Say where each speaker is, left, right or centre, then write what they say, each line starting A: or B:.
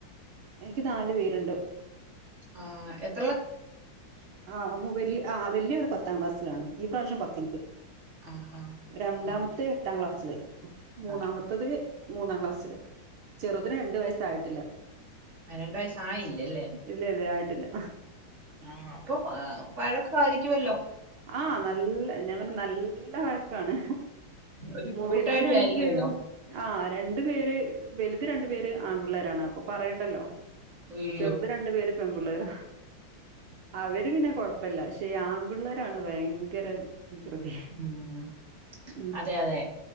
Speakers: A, on the right; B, on the right.
A: എനിക്ക് നാല് പേരുണ്ട്
B: ആഹ് എത്ര
A: ആഹ് ആഹ് വല്യ ആള് പത്താം ക്ലാസ്സിലാണ് ഈ പ്രാവശ്യം പത്തിൽക്ക്
B: ആഹാ
A: രണ്ടാമത്തെ
B: ആ
A: എട്ടാം ക്ലാസ്സില് മൂന്നാമത്തത്
B: ആ
A: മൂന്നാം ക്ലാസ്സില് ചെറുതിന് രണ്ടു വയസ്സായിട്ടില്ല
B: ആഹ് രണ്ട് വയസ ആയിയില്ലേല്ലേ
A: ഇല്ല ഇല്ലേ ആയിട്ടില്ല
B: ആഹ് അപ്പൊ വഴക്ക് ആയിരിക്കുമല്ലോ
A: ആഹ് നല്ല ഞാൻനെ നല്ല വഴക്കാണ്
B: ഒരു കൂട്ടാടി
A: വലുത രണ്ടു
B: ആയിരിക്കുമല്ലോ
A: പേരും ആഹ് രണ്ടു പേര് വലുത് രണ്ടു പേര് ആൺ പിള്ളേരാണ് അപ്പൊ പറയണ്ടല്ലോ
B: അയ്യോ
A: ചെറുത് രണ്ടു പേര് പെൺപിള്ളേർ അവര് പിന്നെ കൊഴപ്പ പ്പില്ല പക്ഷേ ഈ ആൺപിള്ളേരാണ് ഭയങ്കര <unintelligible>
B: ഉം
A: ഉം
B: അതെ അതെ